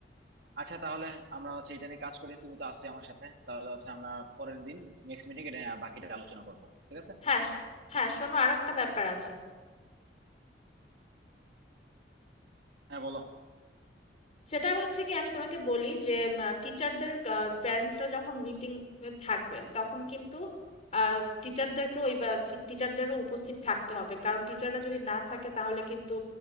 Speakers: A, on the right; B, on the left.
A: আচ্ছা তাহলে আমরা হচ্ছে এটা নিয়ে কাজ করি তুমি তো আছো আমার সাথে তাহলে হচ্ছে আমরা পরের দিন নেক্সট মিটিং এটা নিয়ে বাকিটা আলোচনা করবো ঠিক আছে
B: হ্যাঁ হ্যাঁ শোনো আর একটা ব্যাপার আছে
A: হ্যাঁ বলো
B: সেটা হচ্ছে কি আমি তোমাকে বলি যে টিচারদের প্যারেন্টসরা যখন মিটিং থাকবে তখন কিন্তু টিচারদেরকে ওই টিচারদেরও উপস্থিত থাকতে হবে কারণ টিচাররা যদি না থাকে তাহলে কিন্তু